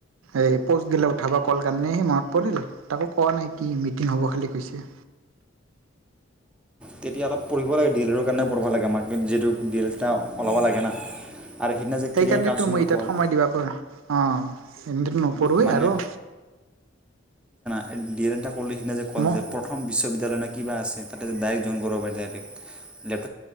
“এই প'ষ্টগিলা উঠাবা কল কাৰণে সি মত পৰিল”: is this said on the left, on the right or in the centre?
Right